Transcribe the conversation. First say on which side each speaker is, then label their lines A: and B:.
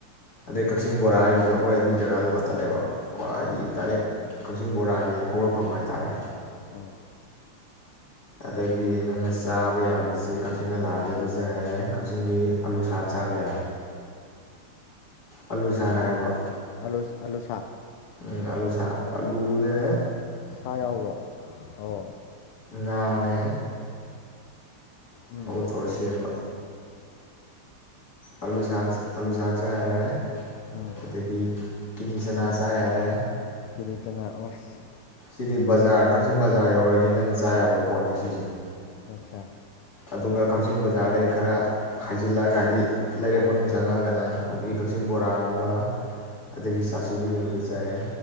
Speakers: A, on the left; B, on the left.
A: ꯑꯗꯩ ꯀꯛꯆꯤꯡ ꯕꯣꯔꯥ ꯍꯥꯏꯗꯨꯁꯨ ꯑꯩꯈꯣꯏ ꯑꯗꯨꯒꯤ ꯖꯒꯥꯗꯨ ꯈꯛꯇꯅꯦꯕ ꯈ꯭ꯋꯥ ꯍꯥꯏꯗꯤ
B: ꯎꯝ
A: ꯗꯥꯏꯔꯦꯛ ꯀꯛꯆꯤꯡ ꯕꯣꯔꯥꯒꯤ ꯍꯧꯔꯛꯐꯝ ꯍꯥꯏꯇꯥꯔꯦ
B: ꯎꯝ
A: ꯑꯗꯒꯤ ꯅꯪꯅ ꯆꯥꯕ ꯌꯥꯕꯕꯁꯤꯦ ꯀꯛꯆꯤꯡꯗ ꯂꯥꯛꯑꯗꯤ ꯑꯗꯨ ꯆꯥ ꯌꯥꯔꯦ ꯀꯛꯆꯤꯡꯒꯤ ꯑꯥꯂꯨ ꯁꯥꯛ ꯆꯥꯕ ꯌꯥꯔꯦ ꯑꯥꯂꯨ ꯁꯥꯡ
B: ꯎꯝ
A: ꯍꯥꯏꯕ
B: ꯎꯝ ꯑꯂꯨ ꯑꯂꯨꯁꯥ
A: ꯎ ꯑꯂꯨ ꯁꯥ ꯑꯂꯨꯅꯦ
B: ꯁꯥ ꯌꯥꯎꯕ꯭ꯔꯣ ꯑꯣ
A: ꯅꯦ
B: ꯎꯝ
A: ꯑꯠꯇꯣꯛꯑ ꯁꯦꯝꯕ ꯑꯥꯂꯨ ꯑꯥꯂꯨ ꯁꯥꯛ ꯆꯥ ꯌꯥꯔꯦ
B: ꯎꯝ
A: ꯑꯗꯒꯤ ꯀꯤꯅꯤ ꯆꯅꯥ ꯆꯥ ꯌꯥꯔꯦ
B: ꯀꯔꯤꯆꯅꯥ ꯑꯣꯁ
A: ꯁꯤꯗꯤ ꯕꯖꯥꯔ ꯀꯛꯆꯤꯡ ꯕꯖꯥꯔ ꯌꯧꯔꯗꯤ ꯅꯪ ꯆꯥꯕ ꯄꯣꯠꯅꯤ ꯁꯤꯁꯦ
B: ꯑꯆꯥ
A: ꯑꯗꯨꯒ ꯀꯛꯆꯤꯡ ꯕꯖꯥꯔꯗꯒꯤ ꯈꯔ ꯍꯥꯏꯖꯤꯜꯂꯛꯑꯒ ꯍꯥꯏꯗꯤ ꯂꯩꯔꯛ ꯃꯅꯨꯡ ꯆꯪꯉꯛꯒꯅ ꯍꯧꯖꯤꯛꯀꯤ ꯀꯛꯆꯤꯡ ꯕꯣꯔꯥꯒꯨꯝꯕ ꯑꯗꯒꯤ ꯆꯥꯁꯨꯕꯤꯒꯨꯝꯕꯗ ꯆꯥꯏꯌꯦ